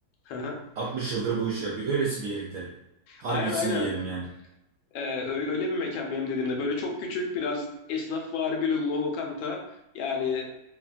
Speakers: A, on the left; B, on the right.
A: <laughs>
B: 60 yıldır bu işi yapıyor. Öylesi bir yere gidelim. Harbisini
A: Aynen aynen.
B: yiyelim yani.
A: Ee, ö- öyle bir mekan benim dediğimde. Böyle çok küçük, biraz esnafvari bir lo- lokanta. Yani e,